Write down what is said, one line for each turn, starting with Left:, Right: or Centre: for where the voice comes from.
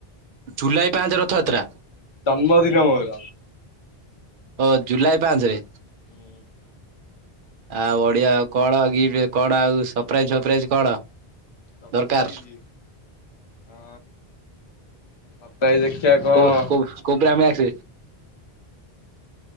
Right: ଜୁଲାଇ ପଞ୍ଚେ ରଥ ଯାତ୍ରା?
Left: ଜନ୍ମଦିନ ମୋର
Right: ହଁ। ଜୁଲାଇ ପାଞ୍ଚେ ରେ?
Left: <inaudible>
Right: ଆଉ ବଢ଼ିଆ। ଆଉ କଣ ଗିଫ୍ଟରେ କଣ ଆଉ ସପ୍ରାଇଜି ଫପ୍ରାଇଜି କଣ?
Left: ସପ୍ରାଇଜି?
Right: ଦରକାର?
Left: ହଁ। ସପ୍ରାଇଜି ଦେଖିଆ କଣ?
Right: କୋଉ କୋଉ କୋବ୍ରା ମ୍ୟାକ୍ସ